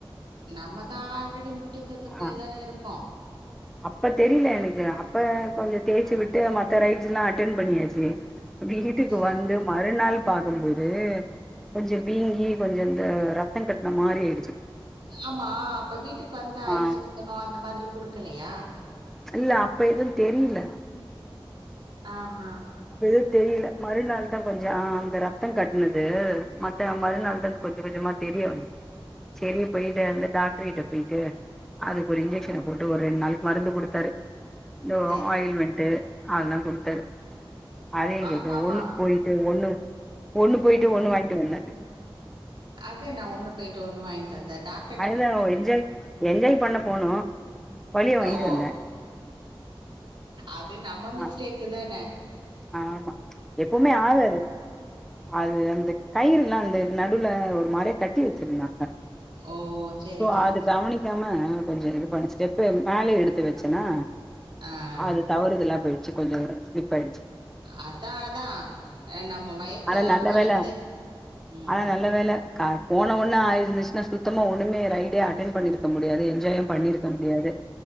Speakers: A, on the right (about 70°); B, in the centre.
A: நம்மதா ஆல்ரெடி முட்டி செத்து போய்
B: ஆ
A: தானே இருக்கோ
B: அப்ப தெரியல எனக்கு அப்ப கொஞ்சோ
A: ஆ
B: தேய்ச்சு
A: ஆ
B: விட்டு மத்த ரைட்ஸ் எல்லா அட்டென் பண்ணியாச்சு வீட்டுக்கு
A: சரி
B: வந்து மறுநாள் பாக்கம்போது கொஞ்ச வீங்கி கொஞ்ச இந்த ரத்த கட்ன மாறி ஆயிடுச்சு
A: ஆமா அப்ப வீட்டுக்கு வந்தா
B: ஆ
A: ஐஸ் ஒத்தடோ அந்த மாரி குடுக்கலையா
B: இல்ல அப்ப எதுன் தெரில
A: அ ஹா
B: அப்ப எது தெரில மறுநாள் ரத்தோ கொஞ்சோ அந்த ரத்தோ கட்னது மத்த மறுநாள் தா கொஞ்ச கொஞ்சமா தெரிய வந்தது செரி போயிட்டு வந்து டாக்டர் கிட்ட போயிட்டு அதுக்கு ஒரு இன்ஜெக்ஷன
A: ஓ
B: போட்டு ஒரு ரெண்டு நாளுக் மருந்து குடுத்தாரு இந்த
A: சரி
B: ஆயில்
A: சரி
B: மென்ட்டு
A: சரி
B: அதல்லா குடுத்தரு அத ஏங்கேக்ற
A: ஆமா ஆமா
B: ஒண்ணுக்கு போயிட்டு ஒண்ணு ஒண்ணு போயிட்டு ஒண்ணு வாங்கிட்டு வந்த
A: அதா நா ஒண்ணு போய்ட்டு ஒண்ணு வாயின்ட்டு வந்த டாக்
B: அதுதா ஒ என்ஜாய் என்ஜாய் பண்ண போனோ வலிய வாங்கிட்டு
A: ஓ
B: வந்த
A: அது நம்ம
B: ஆ
A: மிஸ்டேக்கு தானே
B: ஆமா எப்பமே ஆள் அது அந்த கயிறுல்லா அந்த நடுல ஒரு மாரியே கட்டி வச்சிருந்தாங்க
A: ஓ சரி
B: சோ
A: சரி
B: அது
A: சரி
B: கவனி நிக்காம கொஞ்சோ இது பண்ணி ஸ்டெப்பு மேல எடுத்து வச்சன்னா
A: ஆ
B: அது தவறுதலா போயிடுச்சு கொஞ்சோ ஸ்லிப் ஆயிடுச்சு
A: அதா அதா நம்ம வயசு
B: ஆனா
A: எல்லா
B: நல்ல
A: மறந்து
B: வேல
A: உம்
B: ஆனா நல்ல வேல கார் போன ஒன்னே ஆயிருந்துச்சுன்னா சுத்தமா ஒண்ணுமே ரைடே அட்டன் பண்ணிருக்க முடியாது என்ஜாயு பண்ணிருக்க முடியாது